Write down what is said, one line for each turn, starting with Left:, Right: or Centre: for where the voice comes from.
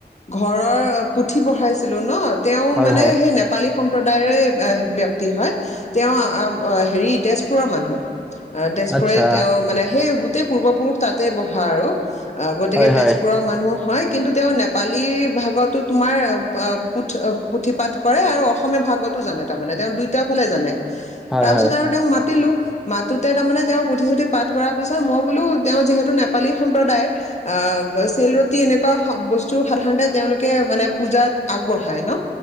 Left: ঘৰৰ পুথি পঢ়াইছিলো ন'। তেওঁ
Centre: হয়
Left: মানে
Centre: হয়
Left: সেই নেপালী সম সম্প্ৰদায়ৰে ব্য্য়ক্তি হয় তেওঁ আহ হেৰি তেজপুৰৰ মানুহ। অ তেজপুৰৰে
Centre: আচ্ছা
Left: তেওঁ মানে সেই। গোটেই পূৰ্বপুৰুষ তাতে বহা আৰু। অ গতিকে
Centre: হয়
Left: তেজপুৰৰ
Centre: হয়
Left: মানুহ। হয় কিন্তু তেওঁ নেপালী ভাগতো তোমাৰ পু পুথি পাঠ কৰে আৰু অসমীয়া ভাগতো জানে তাৰমানে তেওঁ দুইটাাৰ ফালে জানে।
Centre: হয়
Left: তাৰ পিছত
Centre: হয়
Left: আৰু তেওঁক মাতিলো। মাতোতে তাৰমানে তেওঁ পুিশুতি পাঠ কৰাৰ পিছত মই। বোলো তেওঁ যিহেতু নেপালী সম্প্ৰদায় আহ চেল ৰটি এনেকুৱা বস্তু সাধাৰণতে তেওঁলোকে মানে পুজাত আগবঢ়ায় ন।